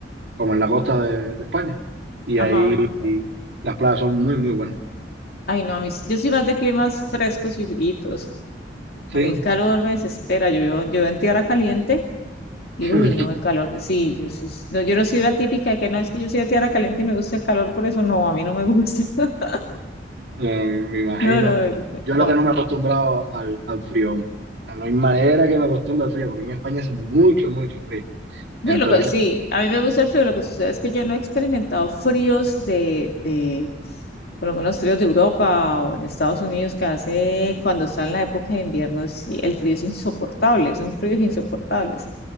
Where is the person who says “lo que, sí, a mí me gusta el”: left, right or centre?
Left